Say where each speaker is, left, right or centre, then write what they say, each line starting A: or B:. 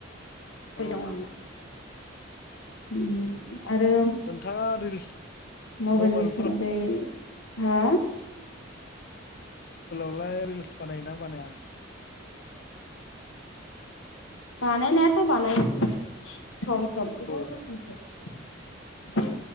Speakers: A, on the left (about 80°); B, on the left (about 50°).
A: बाय
B: औ
A: दं आंना। उम आरो
B: नोंथाङा रिल्स
A: मबाइलनि
B: मबाइलफोरावलाय
A: सोमोन्दै हा
B: आवलाय रिल्स बानायोना बानाया?
A: बानायायनायाथ' बानायो। सम सम
B: खोनादों
A: गोबाव जों खनसे।
B: औ